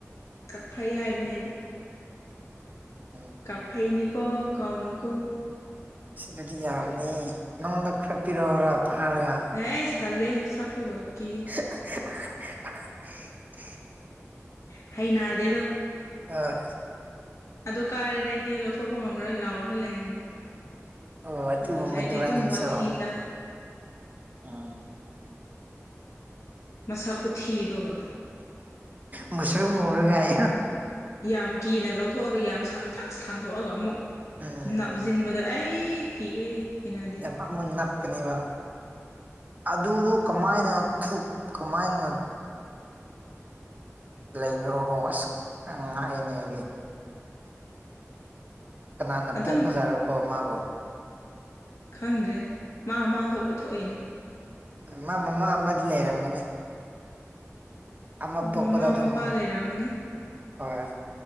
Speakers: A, on the left (about 70°); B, on the right (about 30°).
A: ꯀꯥꯛꯐꯩ ꯍꯥꯏꯕꯅꯦ ꯑꯗꯨ
B: ꯎꯝ
A: ꯀꯥꯛꯐꯩꯅꯤꯀꯣ ꯀꯥꯎꯅꯨꯀꯣ
B: ꯏꯁ ꯗꯨꯗꯤ ꯌꯥꯝꯕꯅꯤ ꯅꯉꯣꯟꯗ ꯈꯔ ꯄꯤꯔꯛꯎꯔꯣ ꯐꯥꯔꯒ
A: ꯍꯩꯁ ꯇꯜꯂꯦ ꯁꯛꯇꯨꯒ ꯀꯤ
B: <unintelligible>
A: ꯍꯩꯅꯗꯦ ꯑꯗꯣ
B: ꯍꯣꯏ꯫
A: ꯑꯗꯨ ꯀꯥꯔꯗꯤ ꯑꯩꯗꯤ ꯂꯧꯊꯣꯛꯄ ꯉꯝꯃꯔꯣꯏ ꯂꯥꯎꯔ ꯂꯩꯔꯅꯤ꯫
B: ꯑꯣ ꯑꯗꯨꯒꯨꯝꯕꯗꯨꯔꯥ
A: ꯑꯗꯨꯒꯤ ꯑꯩꯗꯤ ꯑꯗꯨꯝ
B: ꯅꯪꯁꯨ
A: ꯋꯥꯊꯤ ꯆꯥꯏ꯫
B: ꯎꯝ
A: ꯃꯁꯛ ꯈꯨꯊꯤꯗꯨꯒ
B: ꯃꯨꯁꯨꯨꯛ ꯃꯨꯔꯒ ꯍꯥꯏꯌꯣ
A: ꯌꯥꯝ ꯀꯤꯅ ꯂꯧꯊꯣꯛꯑꯒ ꯌꯥꯝ ꯁꯥꯡꯇꯔꯤꯛ ꯁꯥꯡꯇꯣꯛꯑꯒ ꯑꯃꯨꯛ
B: ꯎꯝ
A: ꯅꯞꯖꯤꯟꯕꯗ ꯑꯩ ꯀꯤꯌꯦ꯫ ꯍꯩꯅꯗꯦ
B: ꯌꯥꯝ <unintelligible> ꯅꯞꯀꯅꯤꯕ꯫ ꯑꯗꯨꯗꯨ ꯀꯃꯥꯏꯅ ꯊꯨꯛ ꯀꯃꯥꯏꯅ ꯂꯩꯕꯔꯀꯣ <unintelligible> ꯑꯁ ꯉꯛꯏꯅꯦ ꯑꯩꯗꯤ ꯀꯅꯥꯅ
A: ꯑꯗꯨꯝ
B: ꯄꯣꯛꯄ ꯖꯥꯔꯣꯀꯣ ꯃꯥꯕꯣ꯫
A: ꯈꯪꯗ꯭ꯔꯦ ꯃꯥ ꯃꯥ ꯊꯣꯛꯄ ꯊꯣꯛꯏꯅꯦ
B: ꯃꯥ ꯃꯃꯥ ꯑꯃꯗꯤ ꯂꯩꯔꯝꯒꯅꯤ꯫ ꯑꯃ ꯄꯣꯛꯄꯗ
A: ꯃꯃꯥ
B: ꯑꯗꯨꯝ
A: ꯃꯄꯥ ꯂꯩꯔꯝꯃꯅꯤ
B: ꯍꯣꯏ